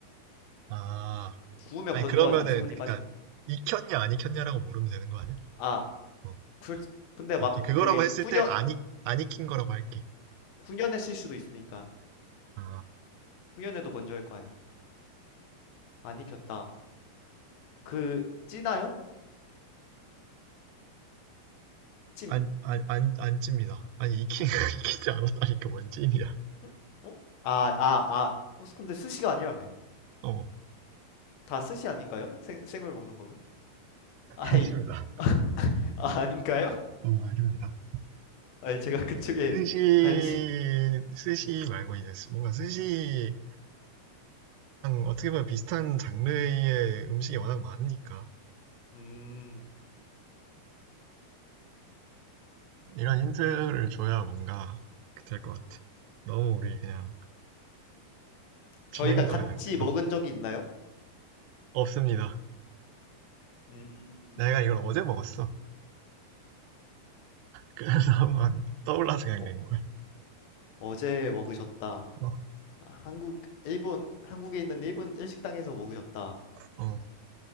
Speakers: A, on the right; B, on the left.
A: 아,
B: 구우면
A: 아니
B: 건조하잖아.
A: 그러면은
B: 수분이
A: 그러니까
B: 빠지니.
A: 익혔냐 안 익혔냐라고 물으면 되는 거 아니야?
B: 아,
A: 어,
B: 그, 근데 막
A: 오케이 그거라고
B: 그
A: 했을
B: 후년
A: 때 안 익, 안 익힌 거라고 할게.
B: 후년했을 수도 있으니까
A: 아,
B: 후년에도 건조할 거 아니야. 안 익혔다. 그 찌나요? 찜.
A: 안, 안, 안, 안 찝니다. 아니 익힌 <laughs> 익히지 않았다니까 뭔 찜이야.
B: 응? 어? 아, 아, 아. 어, 근데 스시가 아니라며.
A: 어,
B: 다 스시 아닌가요? 생, 생을 먹는 거면? 아이,
A: 아닙니다.
B: <laughs> 아, 아닌가요?
A: 어, 아닙니다.
B: 아니, 제가 그쪽에
A: 스시,
B: 관심.
A: 스시 말고 이제 뭔가 스시랑 어떻게 보면 비슷한 장르의 음식이 워낙 많으니까.
B: 음,
A: 이런 힌트를 줘야 뭔가 될 것 같아. 너무 우리 그냥 진행도
B: 저희가 같이
A: 그냥
B: 먹은
A: 어,
B: 적이 있나요?
A: 없습니다.
B: 음,
A: 내가 이걸 어제 먹었어. 그래서 <laughs> 한번 떠올라서 그냥
B: 어,
A: 낸 거야.
B: 어제 먹으셨다.
A: 어,
B: 아, 한국, 일본, 한국에 있는 일본 일식당에서 먹으셨다.
A: 어.